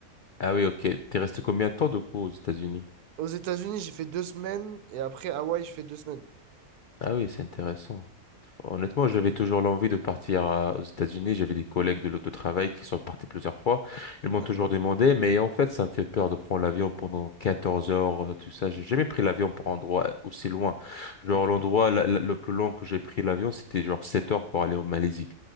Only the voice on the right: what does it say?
Aux États-Unis, j'ai fait deux semaines. Et après, Hawaï, je fais deux semaines.
D'accord.
Ok.